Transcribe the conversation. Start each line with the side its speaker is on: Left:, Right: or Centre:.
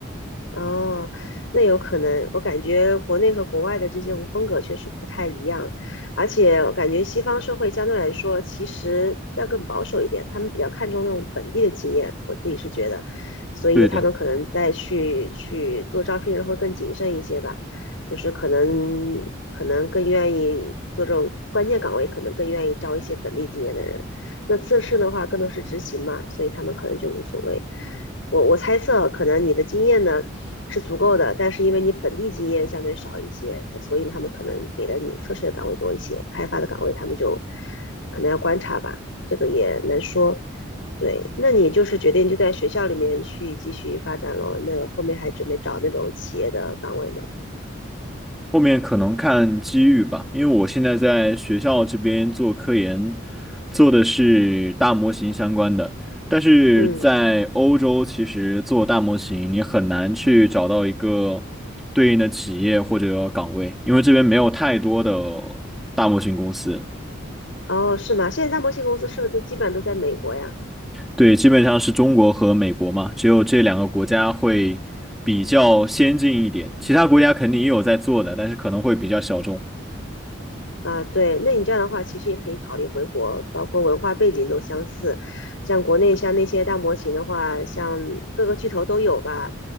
Left: 哦，那有可能，我感觉国内和国外的这种风格确实不太一样，而且我感觉西方社会相对来说其实要更保守一点，他们比较看重那种本地的经验，我自己是觉得，所以他们可能在去去做招聘的时候会更谨慎一些吧，
Centre: 对的。
Left: 就是可能可能更愿意做这种关键岗位，可能更愿意招一些本地经验的人，那测试的话更多是执行嘛，所以他们可能就无所谓。我我猜测，可能你的经验呢，是足够的，但是因为你本地经验相对少一些，所以他们可能给的你测试的岗位多一些，开发的岗位他们就可能要观察吧，这个也难说。对，那你就是决定就在学校里面去继续发展咯，那后面还准备找那种企业的岗位吗？
Centre: 后面可能看机遇吧，因为我现在在学校这边做科研，做的是大模型相关的。但是在欧洲，
Left: 嗯，
Centre: 其实做大模型你很难去找到一个对应的企业或者岗位，因为这边没有太多的大模型公司。
Left: 哦，是吗？现在大模型公司是不是都基本上都在美国呀？
Centre: 对，基本上是中国和美国嘛，只有这两个国家会比较先进一点，其他国家肯定也有在做的，但是可能会比较小众。
Left: 啊，对，那你这样的话，其实也可以考虑回国，包括文化背景都相似。像国内像那些大模型的话，像各个巨头都有吧。